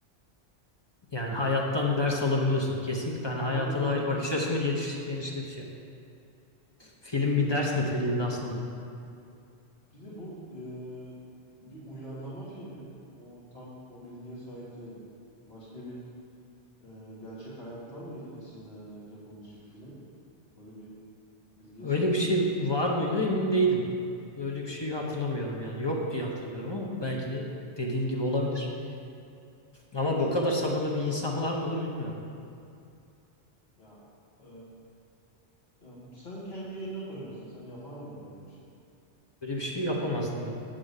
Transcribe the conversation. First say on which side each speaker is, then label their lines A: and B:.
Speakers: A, on the left; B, on the left.
A: Yani hayattan ders alabiliyorsun. Kesinlikle
B: Aynen
A: hani hayata dair
B: öyle yani.
A: bakış açını geniş, genişletiyor. Film bir ders niteliğinde aslında.
B: Bir de bu e, bir uyarlama filmi. O tam o bilgiye sahip değilim. Başka bir e, gerçek hayattan mı esinlenerek yapılmış bir film? Böyle bir bilgiye
A: Öyle
B: sahip
A: bir şey var mıydı emin değilim. Öyle bir şeyi hatırlamıyorum yani. Yok diye hatırlıyorum ama belki de dediğin gibi olabilir.
B: Çünkü
A: Ama
B: çoğu
A: bu kadar sabırlı bir insan var mıdır bilmiyorum.
B: ya e, e, sen kendi yerine koy mesela. Sen yapar mıydın öyle bir şey?
A: Böyle bir şey yapamazdım ben.